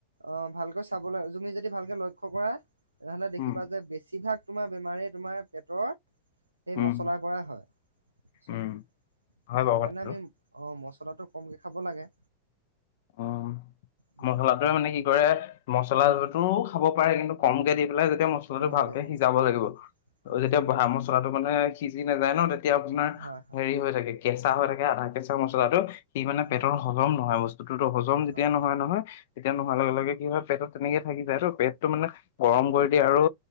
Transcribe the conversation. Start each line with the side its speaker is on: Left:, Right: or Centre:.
Right: অঁ ভালকৈ চাবলৈ তুমি যদি ভালকে লক্ষ্য কৰা তেনেহ'লে দেখিবা
Left: উম
Right: যে বেছিভাগ তোমাৰ বেমাৰ তোমাৰ পেটৰ এই
Left: উম
Right: মছলাৰ পৰাই হয় সেইকাৰণে
Left: উম হয় বাৰু কথাটো
Right: আমি অঁ মচলা মচলাটো কমকে খাব লাগে
Left: উম
Right: উম
Left: মচলাটোৱে মানে কি কৰে মচলাটোও
Right: হয়
Left: খাব পাৰে কিন্তু কমকে দি খালে তেতিয়া মছলাটো
Right: কমকে
Left: ভালকে
Right: কমকে
Left: সিজাব লাগিব আৰু
Right: হয়
Left: যেতিয়া বহা মছলাটো মানে সিজি নাযায় ন তেতিয়া আপোনাৰ
Right: হয় হয়
Left: হেৰি হৈ থাকে কেঁচা হৈ থাকে আধা কেঁচা মছলাটো সি মানে
Right: হয়
Left: পেটৰ হজম নহয় বস্তু হজম যেতিয়া
Right: হয়
Left: নহয় নহয় তেতিয়া নোহোৱা
Right: হয়
Left: লগে লগে কি হয় পেটতো তেনেকে থাকি যায় টো পেট টো মানে গৰম কৰি দিয়ে আৰু